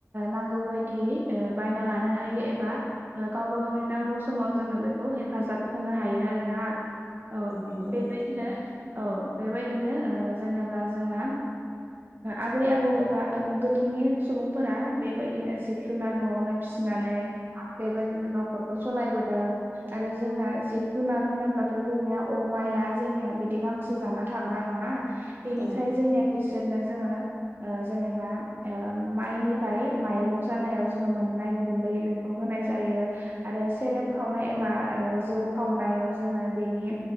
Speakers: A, on the right (about 40°); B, on the right (about 75°).
A: नांगौ बायदियै ओ बायना लानो हायो एबा गावबा गावनि नांगौ समाव जोङो बेखौ हेफाजाब होनो हायो आरोना आ औ
B: नंगौ
A: बेबायदिनो
B: नोंथां
A: औ बेबायदिनो ओ जेनेब्ला जोंना आबै आबौ एबा ओ गोदोनि सुबुंफोरा बेबायदिनो जिब जुनार न'आवनो फिसिनानै बेबायदिनो न'खरखौ सालायबोदों आरो जोंना जिब जुनार होनोब्लाथ' जोंनिया अमा जोंनिया बिदि गांसो जाना थाग्रा नङा बेनिखाय
B: औ
A: जोंनि बिसोरनो जोङो ओ जेनेबा ओ माइनिफ्राय माइरं जानायाव जों मोननाय गुन्दै बेखौ होनाय जायो आरो सेरेब खावनाय एबा ओ जौ खावनाय याव जोङो बिनि